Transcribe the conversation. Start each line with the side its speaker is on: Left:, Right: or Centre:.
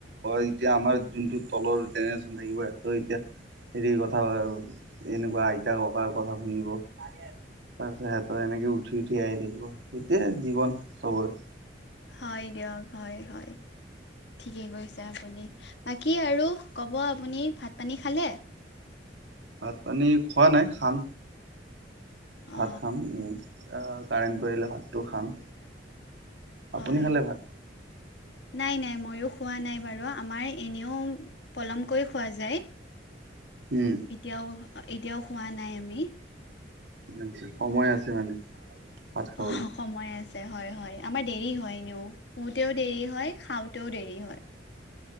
Right: এতিয়া আমাৰ যোনটো তলৰ জনেৰেশ্যন থাকিব সিহ এতিয়া হেৰি কথা এনেকুৱা আইতা ককাৰ কথা শুনিব। তাৰ পিছত সিহতৰ এনেকে উঠি উঠি আহি থাকিব, সেইতোয়ে জীৱনতো চবৰে।
Left: হয় দিয়ক হয়, হয়। ঠিকে কৈছে, আপুনি বাকী আৰু ক'ব আপুনি ভাত পানী খালে।
Right: ভাত পানী খোৱা নাই, খাম।
Left: অ
Right: ভাত খাম, উম। আহ কাৰেণ্টটো আহিলে ভাতটো খাম।
Left: হয়,
Right: আপুনি খালে ভাত
Left: নাই নাই ময়ো খোৱা নাই বাৰু আমাৰ এনেও। পলমকৈ খোৱা যায়,
Right: উম
Left: এতিয়াও এতিয়াও খোৱা নাই আমি।
Right: আচ্ছা সময় আছে মানে ভাত খাবলৈ
Left: অ' সময় আছে। হয়, হয়, আমাৰ দেৰি হয় এনেও খোতেও দেৰি হয়, খাওতেও দেৰি হয়।